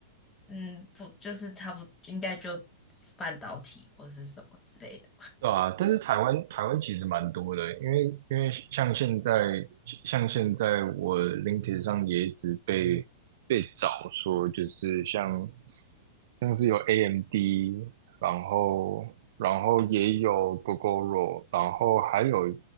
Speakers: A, on the left; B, on the right.
A: 嗯不就是差不应该就半导体或是什么之类的。
B: 对啊，但是台湾台湾其实蛮多的，因为因为像现在像现在我 LinkedIn 上也一直被被找说，就是像像是有 AMD，然后然后也有 g o g o r 然后还有